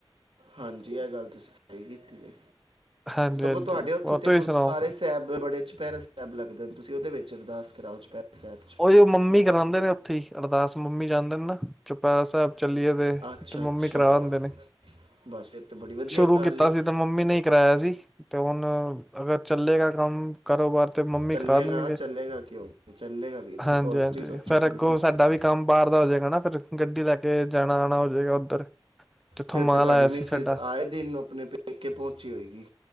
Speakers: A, on the right; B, in the centre.
A: ਹਾਂਜੀ ਇਹ ਗੱਲ ਤੁਸੀਂ ਸਹੀ ਕੀਤੀ ਜੇ
B: ਹਾਂਜੀ
A: ਸਗੋਂ
B: ਹਾਂਜੀ
A: ਤੁਹਾਡੇ ਔਥੇ
B: ਹੋਰ
A: ਤੇ
B: ਤੁਸੀਂ
A: ਗੁਰਦੁਆਰੇ
B: ਸੁਣਾਓ
A: ਸੈਬ ਬੜੇ ਛ ਪੈਰਾ ਸਾਬ ਲੱਗਦੇ ਨੇ, ਤੁਸੀਂ ਉਹਦੇ ਵਿੱਚ ਅਰਦਾਸ ਕਰਾਓ ਚੁਪੈਰਾ ਸਾਹਿਬ ਚ
B: ਉਹੀ ਉਹ ਮੰਮੀ ਕਰਾਉਂਦੇ ਨੇ ਉੱਥੇ ਹੀ ਅਰਦਾਸ ਮੰਮੀ ਜਾਂਦੇ ਨੇ ਨਾ ਪੈਰਾ ਸਾਹਿਬ ਚੱਲੀਏ ਤੇ
A: ਅੱਛਾ
B: ਤੇ ਮੰਮੀ
A: ਅੱਛਾ
B: ਕਰਾ ਦਿੰਦੇ ਨੇ।
A: ਬਸ ਫਿਰ ਤੇ ਬੜੀ ਵਧੀਆ
B: ਸ਼ੁਰੂ
A: ਗੱਲ
B: ਕੀਤਾ
A: ਏ
B: ਸੀ ਤੇ ਮੰਮੀ ਨੇ ਕਰਾਇਆ ਸੀ ਤੇ ਹੁਣ ਅਗਰ ਚੱਲੇਗਾ ਕੰਮ ਕਾਰੋਬਾਰ ਤੇ ਮੰਮੀ
A: ਚੱਲੇਗਾ
B: ਕਰਾ ਦੇਣਗੇ।
A: ਚੱਲੇਗਾ ਕਿਉਂ ਨਹੀਂ? ਚੱਲੇਗਾ ਵੀਰ
B: ਹਾਂਜੀ
A: ਜੀ ਪੋਜ਼ਿਟਿਵ
B: ਹਾਂਜੀ
A: ਸੋਚਿਆ
B: ਫੇਿਰ
A: ਕਰੋ
B: ਅੱਗੋਂ
A: ਨਾ
B: ਸਾਡਾ
A: ਤੁਸੀਂ।
B: ਵੀ ਕੰਮ ਬਾਹਰ ਦਾ ਹੋ ਜਾਏਗਾ ਨਾ ਫਿਰ ਗੱਡੀ ਲੈ ਕੇ ਕੇ ਜਾਣਾ ਆਣਾ ਹੋਜਏਗਾ ਉੱਧਰ ਜਿੱਥੋਂ
A: ਫਿਰ
B: ਮਾਲ
A: ਤੇ ਤੁਹਾਡੀ
B: ਆਇਆ
A: ਮਿਸਿਸ
B: ਸੀ ਸਾਡਾ
A: ਆਏ ਦਿਨ ਆਪਣੇ ਪੇਕੇ ਪਹੁੰਚੀ ਹੋਏਗੀ